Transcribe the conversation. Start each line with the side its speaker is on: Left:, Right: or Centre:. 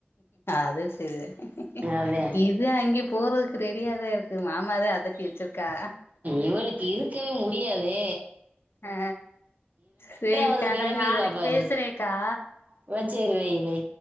Left: அது சேரி தா
Right: அதே
Left: இது அங்கே போறதுக்கு ரெடியாதா இருக்கு மாமாதா அதட்டி வச்சிருக்கா
Right: இவளுக்கு இருக்கவே முடியாதே
Left: அ சேரிக்கா
Right: வருது கிளம்பிடுவா
Left: நா நாளைக்கு
Right: பாரு
Left: பேசுறேக்கா
Right: இவ சரி வை வை